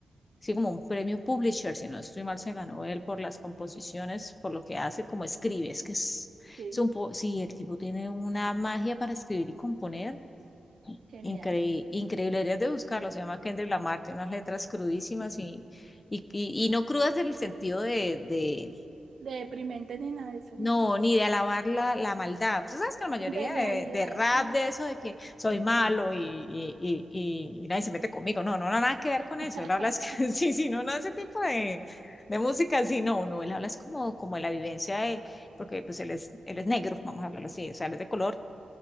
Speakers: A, on the left (about 35°); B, on the right (about 70°).
A: sí, como un premio publisher, si no estoy mal, se ganó él por las composiciones, por lo que hace, como escribe. Es que es,
B: Sí,
A: es un po, sí, el tipo tiene una magia para escribir y componer.
B: genial.
A: Increíble, increíble, deberías de buscarlo, se llama Kendrick Lamar, tiene unas letras crudísimas y, y, y, y no crudas del sentido de, de,
B: De deprimente ni nada de eso,
A: no,
B: no.
A: ni de alabar la, la maldad. Tú sabes que la mayoría
B: De realidades.
A: de, de rap, de eso, de que soy malo y, y, y, y- y nadie se mete conmigo. No, no, no, nada que ver
B: <laughs>
A: con eso. Él habla, es que, <laughs> sí, sí, no, no, ese tipo de, de música, sí, no, no, él habla es como, como de la vivencia de, porque pues él es, él es negro, vamos a hablarlo así, o sea, él es de color